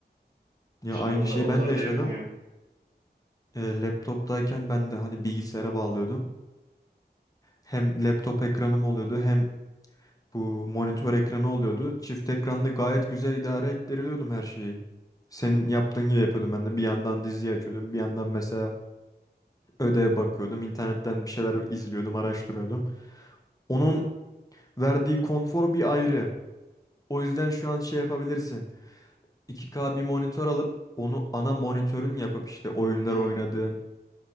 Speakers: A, on the left; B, on the right.
A: Ya
B: Şimdi
A: aynı
B: onlar,
A: şeyi
B: onları
A: ben de yaşadım.
B: da yapamıyorum.
A: Ee, laptoptayken ben de hani bilgisayara bağlıyordum. Hem laptop ekranım oluyordu hem bu monitör ekranı oluyordu. Çift ekranda gayet güzel idare ettiriliyordum her şeyi. Senin yaptığın gibi yapıyordum ben de. Bir yandan dizi açıyordum. Bir yandan mesela ödeye bakıyordum. internetten bir şeyler izliyordum, araştırıyordum. Onun verdiği konfor bir ayrı. O yüzden şu an şey yapabilirsin. 2K bir monitör alıp onu ana monitörün yapıp işte oyunlar
B: Hmm.
A: oynadığın,